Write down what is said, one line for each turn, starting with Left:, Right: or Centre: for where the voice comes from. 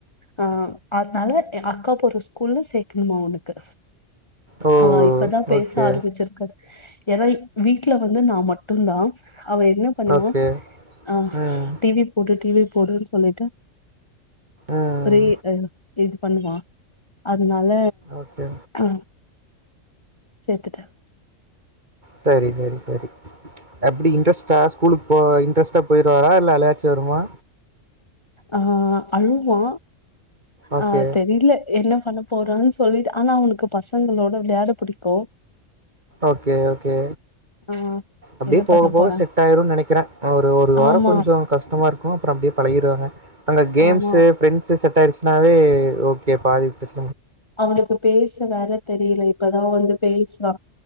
Left: அ அதனால அக்காபோற ஸ்கூல்ல சேக்கணுமா அவனக்கு
Right: ஓ!
Left: அவ இப்பதா பேச
Right: ஓகே,
Left: ஆரம்பிச்சிருக்கா ஏனா வீட்டு்ல வந்து நா மட்டுந்தா அவ பண்ணுவ
Right: ஓகே.
Left: ஆ
Right: ம்,
Left: டிவி போடு டிவி போடு போடுனு சொல்லிட்டு
Right: ம்.
Left: ரே இது பண்ணுவா அ அதனால
Right: ஓகே.
Left: ஆ சேத்துட்ட
Right: சரி சரி சரி எப்படி இன்ட்ரெஸ்ட்டா ஸ்கூலுக்கு போ இன்ட்ரெஸ்ட்டா போயிருவாரா இல்ல அலுகாச்சி வருமா
Left: ஆ அழுவ்வா
Right: ஓகே,
Left: ஆ தெரில என்ன பண்ண போறன் சொல்லிட்டு ஆனா அவனுக்கு பசங்களோட விளையாட புடிக்கூ
Right: ஓகே ஓகே
Left: ஆ
Right: அப்டியே
Left: என்ன
Right: போக
Left: பண்ண
Right: போக
Left: போறா
Right: செட் ஆயிரும்னு நினைக்கிறே ஒரு ஒரு வாரம்
Left: ஆமா
Right: கொஞ்சோ கஷ்டமா இருக்கு அப்றோ அப்படியேப் பழகிருவாங்க அங்க கேம்ஸ்
Left: ஆமா
Right: ஃபிரரெண்டஸு செட்ட ஆயிருச்சு நாவே ஓகே பாதி பிரச்
Left: அவனுக்கு பேச வேற தெரில இப்பதான் வந்து பேசுரா